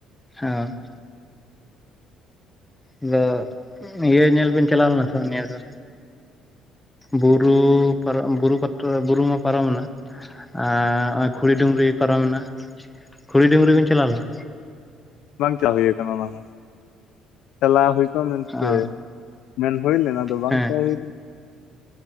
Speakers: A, in the centre; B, on the left (about 70°).
A: ᱦᱮᱸ᱾ ᱟᱫᱚ ᱤᱭᱟᱹ ᱧᱮᱞ ᱵᱤᱱ ᱪᱟᱞᱟᱣ ᱞᱮᱱᱟ ᱥᱮ ᱱᱤᱭᱟᱹ ᱫᱚ ᱵᱩᱨᱩ ᱯᱟᱨᱚᱢ ᱵᱩᱨᱩ ᱯᱟ ᱵᱩᱨᱩ ᱢᱟ ᱯᱟᱨᱚᱢᱮᱱᱟ, ᱟᱨ ᱦᱚᱸᱜ-ᱚᱭ ᱠᱷᱩᱚᱲᱤ ᱰᱩᱝᱨᱤ ᱯᱟᱨᱚᱢᱮᱱᱟ ᱠᱷᱩᱚᱲᱤ ᱰᱩᱝᱨᱤ ᱵᱤᱱ ᱪᱟᱞᱟᱣ ᱞᱮᱱᱟ?
B: ᱵᱟᱝ ᱪᱟ ᱦᱩᱭ ᱟᱠᱟᱱᱟ ᱚᱱᱟ ᱦᱚᱸ᱾ ᱪᱟᱞᱟᱣ ᱦᱩᱭ ᱠᱚᱜ-ᱟ ᱢᱮᱱᱛᱮ
A: ᱚ
B: ᱢᱮᱱ ᱦᱩᱭ ᱞᱮᱱᱟ ᱟᱫᱚ ᱵᱟᱝ
A: ᱦᱮᱸ
B: ᱪᱟᱞᱟᱣ ᱦᱩᱭ ᱞᱮᱱᱟ᱾